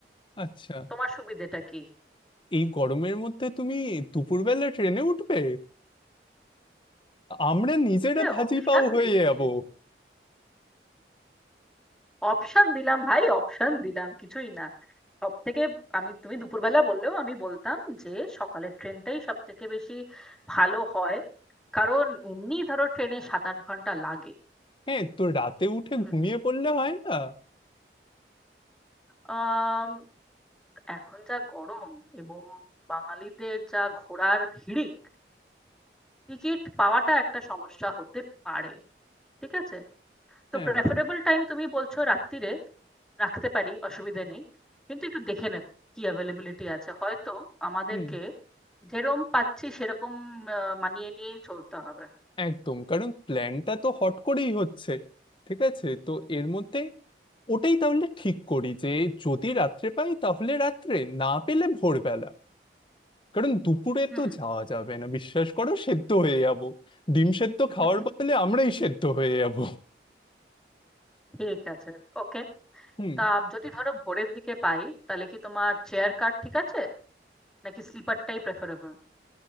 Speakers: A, on the left; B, in the centre.
A: আচ্ছা
B: তোমার সুবিধেটা কি
A: এই গরমের মধ্যে তুমি দুপুরবেলা ট্রেনে উঠবে আমরা নিজেরা
B: তোমাকে
A: ভাজি
B: অপশন
A: পাও হয়ে
B: দিচ্ছি
A: যাবো
B: অপশন দিলাম ভাই অপশন দিলাম কিছুই না সব থেকে আমি তুমি দুপুরবেলা বললেও আমি বলতাম যে সকালের ট্রেনটাই সব থেকে বেশি ভালো হয় কারণ এমনি ধরো ট্রেনে সাত আট ঘন্টা লাগে
A: হ্যাঁ তো রাতে উঠে
B: হুম
A: ঘুমিয়ে পড়লে হয় না
B: আম, এখন যা গরম এবং বাঙালিদের যা ঘোরার হিড়িক টিকিট পাওয়াটা একটা সমস্যা হতে পারে ঠিক আছে তো
A: হ্যাঁ
B: প্রেফারেবল টাইম তুমি বলছো রাত্তিরে রাখতে পারি অসুবিধে নেই কিন্তু একটু দেখে নেব কি অ্যাভেলেবিলিটি আছে হয়তো আমাদেরকে
A: হুম
B: যেরকম পাচ্ছি সেরকম আহ, মানিয়ে নিয়েই চলতে হবে
A: একদম কারণ প্ল্যানটা তো হট করেই হচ্ছে ঠিক আছে তো এর মধ্যে ওটাই তাহলে ঠিক করি যে যদি রাত্রে পাই তাহলে রাত্রে না পেলে ভোরবেলা কারণ দুপুরে
B: হুম
A: তো যাওয়া যাবে না বিশ্বাস করো সেদ্ধ হয়ে যাব ডিম সেদ্ধ
B: <laughs>
A: খাওয়ার
B: হুম।
A: বদলে আমরাই সেদ্ধ হয়ে যাব
B: ঠিক আছে ওকে
A: হুম
B: তা যদি ধরো ভোরের দিকে পাই তাহলে কি তোমার চেয়ার কার ঠিক আছে নাকি স্লিপারটাই প্রেফারেবল